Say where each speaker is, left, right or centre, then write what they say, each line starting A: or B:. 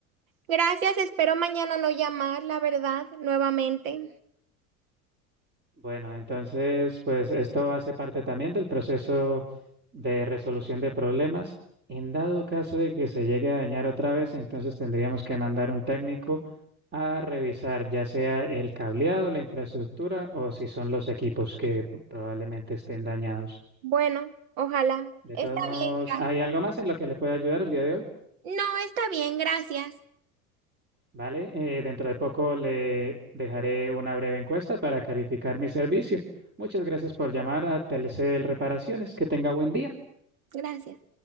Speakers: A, on the right (about 70°); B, on the right (about 25°).
A: Gracias, espero mañana no llamar, la verdad, nuevamente.
B: Bueno, entonces, pues esto hace parte también del proceso de resolución de problemas. En dado caso de que se llegue a dañar otra vez, entonces tendríamos que mandar un técnico a revisar ya sea el cableado, la infraestructura o si son los equipos que probablemente estén dañados.
A: Bueno, ojalá.
B: De
A: Está
B: todos modos,
A: bien, gracias.
B: ¿hay algo más en lo que le pueda ayudar el día de hoy?
A: No, está bien, gracias.
B: Vale, eh, dentro de poco le dejaré una breve encuesta para calificar mi servicio. Muchas gracias por llamar a Telecel Reparaciones. Que tenga buen día.
A: Gracias.